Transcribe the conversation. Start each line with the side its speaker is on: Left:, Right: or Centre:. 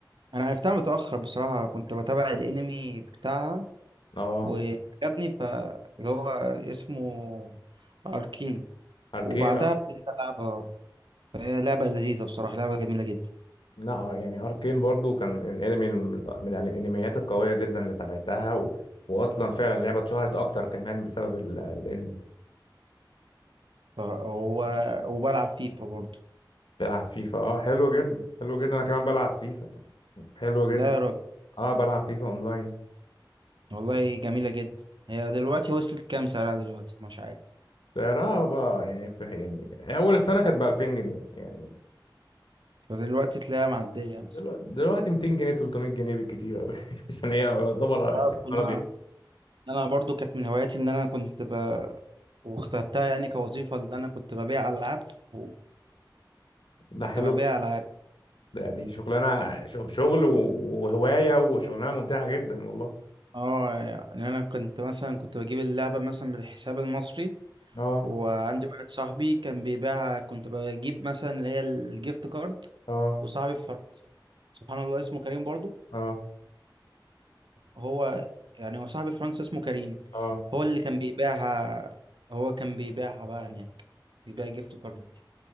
Right: انا عرفتها متأخر بصراحة كنت بتابع الانمي بتاعها
Left: اه
Right: وعجبني ف اللي هو اسمه اركين
Left: اركين
Right: وبعدها ابتديت العبها فهي لعبة لذيذة بصراحة لعبة جميلة جدا
Left: لا آه، يعني اركين برضو كان الانمي من من الانميات القويه جدا اللي تابعتها و... واصلا فعلا لعبه اتشهرت اكتر كمان بسبب ال... الانمي
Right: فهو وبلعب فيفا برضه
Left: بلعب فيفا اه حلو جدا حلو جدا انا كمان بلعب فيفا حلو
Right: لا
Left: جدا
Right: يا راجل
Left: اه بلعب فيفا اونلاين
Right: والله جميلة جدا هي دلوقتي وصلت كام سعرها دلوقتي مش عارف
Left: سعرها بقى يعني في يعني اول السنه كانت ب 2000 جنيه يعني
Right: فدلوقتي تلاقيها معدية مثلا
Left: دلوقتي دلوقتي 200 جنيه 300 جنيه بالكتير قوي <laughs> عشان هي يعتبر
Right: تعرف
Left: الصيت
Right: ان
Left: ابيض
Right: انا إن انا برضو كانت من هواياتي ان انا كنت ب... واخترتها يعني كوظيفة اللي أنا كنت ببيع ألعاب وكنت
Left: ده حلو
Right: ببيع
Left: جدا.
Right: ألعاب
Left: ده دي شغلانه شغ- شغل وهوايه وشغلانه ممتعه جدا والله
Right: اه يعني أنا كنت مثلا كنت بجيب اللعبة مثلا بالحساب المصري
Left: اه
Right: وعندي واحد صاحبي كان بيبيعها كنت بجيب مثلا اللي هي الجيفت كارد
Left: اه
Right: وصاحبي في فرنسا سبحان الله اسمه كريم برضو
Left: اه
Right: هو يعني هو صاحبي في فرنسا اسمه كريم
Left: اه
Right: هو اللي كان بيبيعها هو كان بيبيعها بقى هناك بيبيع جيفت كارد دي